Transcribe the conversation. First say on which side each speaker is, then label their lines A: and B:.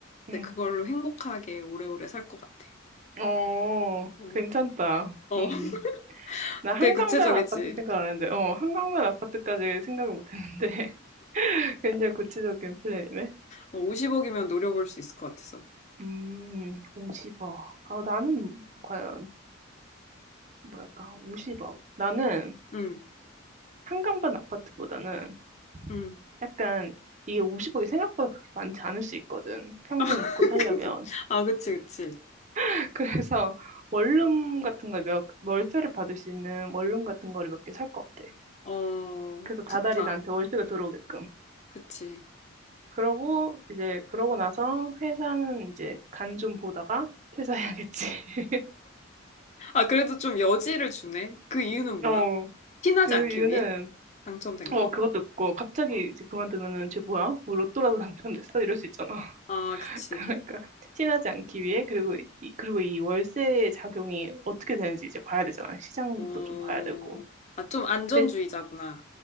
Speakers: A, on the right (about 35°); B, on the left (about 35°).
A: 음.
B: 이제 그걸로 행복하게 오래오래 살 것 같아.
A: 어,
B: 어,
A: 괜찮다.
B: 어,
A: 음.
B: <laughs>
A: 나 한강변
B: 되게 구체적이지.
A: 아파트 생각 안 했는데, 어, 한강변 아파트까지 생각을 못 했는데. <laughs> 굉장히 구체적인 플랜이네.
B: 어, 50억이면 노려볼 수 있을 것 같아서.
A: 음, 50억. 아, 나는 과연, 뭐랄까, 50억. 나는
B: 응,
A: 한강변 아파트보다는
B: 응.
A: 약간 이게 50억이 생각보다 그렇게 많지 않을 수 있거든. 평생
B: <laughs>
A: 먹고 살려면.
B: 아, 그치, 그치.
A: <laughs> 그래서 원룸 같은 거 몇, 월세를 받을 수 있는 원룸 같은 거를 몇 개 살 것 같아.
B: 어,
A: 그래서 다달이
B: 좋다.
A: 나한테 월세가 들어오게끔.
B: 그치.
A: 그러고 이제 그러고 나서 회사는 이제 간 좀 보다가 퇴사해야겠지. <laughs>
B: 아, 그래도 좀 여지를 주네. 그 이유는 뭐야?
A: 어,
B: 티나지
A: 그
B: 않기
A: 이유는
B: 위해? 당첨된
A: 어
B: 거?
A: 그것도 있고 갑자기
B: 어.
A: 이제 그만두면은 쟤 뭐야? 뭐 로또라도 당첨됐어? 이럴 수 있잖아.
B: 아,
A: <laughs>
B: 그치.
A: 그러니까 티나지 않기 위해 그리고 이, 그리고 이 월세 작용이 어떻게 되는지 이제 봐야 되잖아. 시장도
B: 어,
A: 좀 봐야 되고.
B: 아, 좀 안전주의자구나.
A: 대-